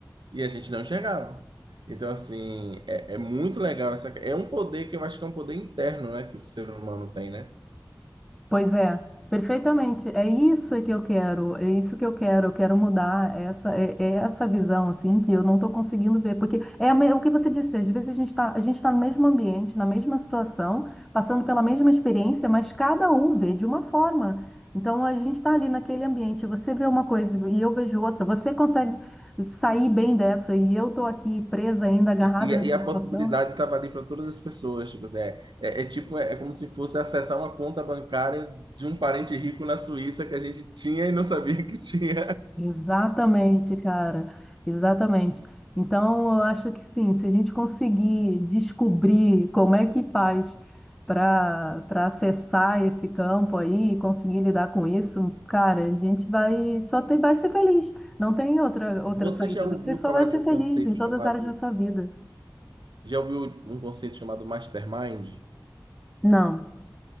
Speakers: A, on the right; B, in the centre.
A: e a gente não chegava. Então, assim, é, é muito legal essa. É um poder que eu acho que é um poder interno, né? Que o ser humano tem, né?
B: Pois é, perfeitamente. É isso que eu quero, é isso que eu quero. Eu quero mudar essa, é, é essa visão assim que eu não estou conseguindo ver, porque é a me- o que você disse. Às vezes a gente está, a gente está no mesmo ambiente, na mesma situação, passando pela mesma experiência, mas cada um vê de uma forma. Então a gente está ali naquele ambiente. Você vê uma coisa e eu vejo outra. Você consegue sair bem dessa e eu estou aqui presa ainda, agarrada
A: E, e
B: nessa
A: a
B: situação.
A: possibilidade estava ali para todas as pessoas. Tipo, assim, é, é, é tipo, é, é como se fosse acessar uma conta bancária de um parente rico na Suíça que a gente tinha e não sabia que tinha.
B: Exatamente, cara, exatamente. Então, eu acho que sim, se a gente conseguir descobrir como é que faz para para acessar esse campo aí, conseguir lidar com isso, cara, a gente vai só tem, vai ser feliz. Não tem outra outra
A: Você
B: saída.
A: já ouviu
B: Você só
A: falar
B: vai
A: de
B: ser
A: um conceito
B: feliz em todas
A: chamado.
B: as áreas da sua vida.
A: Já ouviu um conceito chamado Mastermind?
B: Não.